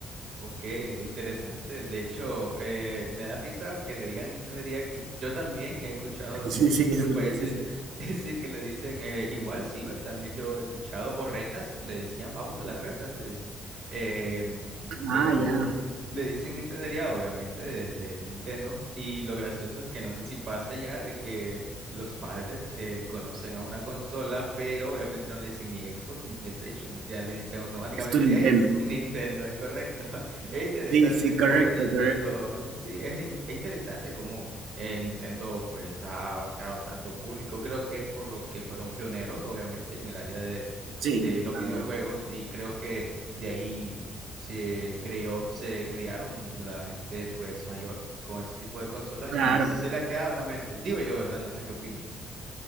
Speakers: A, on the right; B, on the right.
A: Ok, interesante. De hecho, eh, me da risa que le digan Nintendería aquí. Yo también he escuchado en
B: Sí,
A: distintos
B: sí, es gracioso.
A: países, <laughs> sí, que le dicen eh, igual Ciber, también yo he escuchado, o retas, le decían, vamos a las retas, le dicen. Eh, mm, pero
B: Ah, ya.
A: le dicen Nintendería, obviamente, desde el Nintendo. Y lo gracioso es que no sé si pasa ya de que los padres eh, conocen a una consola, pero obviamente no le dicen ni Xbox ni PlayStation, ya le dicen automáticamente,
B: Es tu Nintendo.
A: hey, un Nintendo, es correcto. Es interesante
B: Sí, sí, correcto,
A: cómo Nintendo,
B: correcto.
A: eh, sí, es, nin- es interesante cómo eh, Nintendo pues ha abarcado tanto público. Creo que es por lo que fueron pioneros, obviamente, en el área de,
B: Sí,
A: de los
B: claro,
A: videojuegos y creo que de ahí se creó, se criaron la gente pues mayor con ese tipo de consolas
B: claro.
A: y se le ha quedado en la mente. Digo yo, ¿verdad? No sé qué opinas tú.